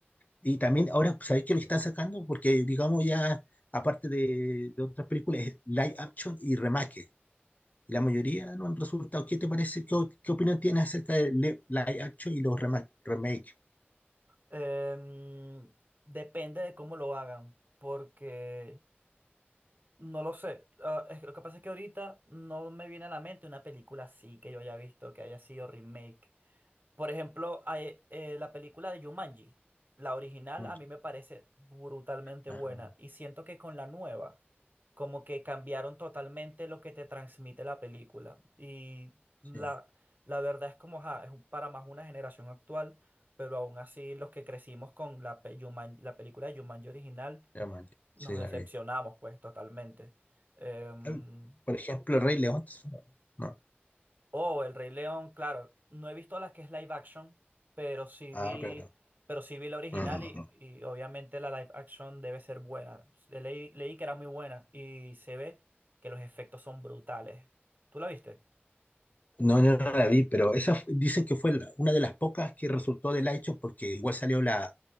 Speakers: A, on the left; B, on the right.
A: Y también ahora, ¿sabéis que lo están sacando? Porque digamos ya, aparte de, de otras películas, es live action y remake y la mayoría no han resultado. ¿Qué te parece? ¿Qué, o- qué opinión tienes acerca de li- live action y los remake? remake?
B: Em, depende de cómo lo hagan, porque no lo sé. Ah, es- lo que pasa es que ahorita no me viene a la mente una película así que yo haya visto, que haya sido remake. Por ejemplo, hay, eh, la película de Jumanji, la original
A: Mm,
B: a mí me parece brutalmente
A: ah,
B: buena y siento que con la nueva como que cambiaron totalmente lo que te transmite la película y la,
A: sí,
B: la verdad es como ja, es un- para más una generación actual, pero aún así los que crecimos con la, pe- Juman- la película de Jumanji original
A: remake,
B: nos
A: sí,
B: decepcionamos
A: la vi.
B: pues totalmente. Em,
A: Em, Por ejemplo, Rey León. No, no.
B: Oh, El Rey León, claro. No he visto la que es live action, pero sí
A: Ah,
B: vi,
A: pero
B: pero sí vi la original
A: no, no, no,
B: y,
A: no.
B: y obviamente la live action debe ser buena. Leí, leí que era muy buena y se ve que los efectos son brutales. ¿Tú la viste?
A: No, no, no la vi, pero esa fu- dicen que fue la- una de las pocas que resultó del hecho porque igual salió la